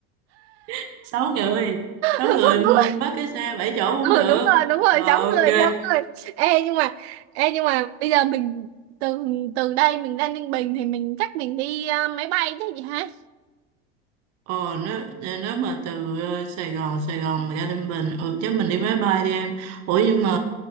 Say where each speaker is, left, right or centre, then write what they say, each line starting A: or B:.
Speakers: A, on the right; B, on the right.
A: <laughs> Sáu người Sáu
B: một
A: người mua-
B: người
A: bắt cái xe bảy chỗ cũng
B: ừ
A: được
B: đúng rồi đúng rồi
A: Rồi
B: sáu
A: ok
B: người sáu người ê nhưng mà ê nhưng mà bây giờ mình từ từ đây mình ra Ninh Bình thì mình chắc mình đi ờ, máy bay chứ gì hả
A: Ồ nếu, nếu mà từ ờ, Sài Gòn Sài Gòn mà ra Ninh Bình Ừ chứ mình đi máy bay đi em Ủa nhưng mà